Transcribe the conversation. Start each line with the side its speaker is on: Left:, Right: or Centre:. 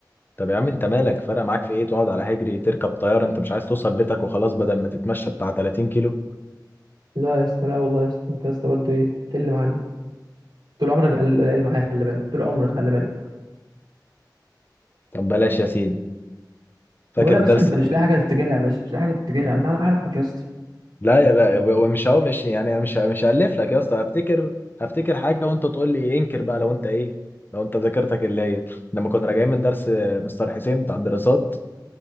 Left: طب يا عم انت مالك فرق معاك في ايه تقعد على حجري تركب طياره انت مش عايز توصل بيتك وخلاص بدل ما تتمشى بتاع 30 كيلو
Right: لا يا اسطى لا والله يا اسطى انت يا اسطى برضه ايه تقل معانا طول عمرك قل- قلقان معايا خلي بالك طول عمرك خلي بالك
Left: طب بلاش يا سيدي فاكر
Right: ويا باشا
Left: درس
Right: انت مش لاقي حاجه تفتكرها يا باشا مش لاقي حاجه تفتكرها انا انا عارفك يا اسطى
Left: لا يا لا هو مش هو مش يعني أنا مش مش هألف لك يا اسطى هفتكر هفتكر حاجة وانت تقول لي انكر بقى لو انت ايه لو انت ذاكرتك اللي هي لما كنا راجعين من درس مستر حسين بتاع الدراسات